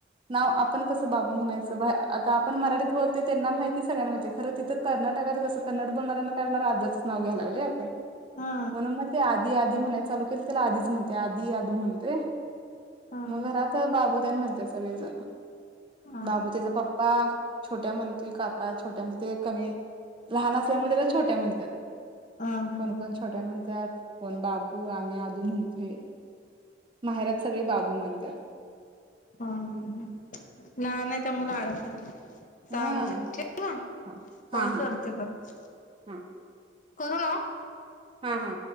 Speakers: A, on the right (about 30°); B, on the left (about 45°).
A: नाव आपण कसं बाबू म्हणायचं आता आपण मराठीत बोलतय त्यांना माहितीय सगळ्यांना माहिताय खरं तिथं कर्नाटकात कसं कन्नड बोलणाऱ्यांना काय वाटणार आज्याचं नाव घ्यायला लागल्यात
B: हा
A: म्हणून मग ते आधी म्हणाय चालू केल त्याला आधीच म्हणतेय आधी आदू म्हणतेय
B: हा हा
A: मग घरात बाबू टेन म्हणते सगळे जण
B: हा
A: बाबू त्याचा पप्पा छोट्या म्हणतोय काका छोट्या म्हणजे ते एक लहान असल्यामुळे त्याला छोट्या म्हणतात
B: हा हा
A: कोणकण छोट्या म्हणत्यात कोण बाबू आम्ही आदू म्हणतोय माहेरात सगळे बाबू म्हणतात
B: <unintelligible> चालतंय
A: हा
B: ठेवू का
A: हा हा
B: कॉल
A: हा
B: करते परत
A: हा
B: करू ना
A: हा हा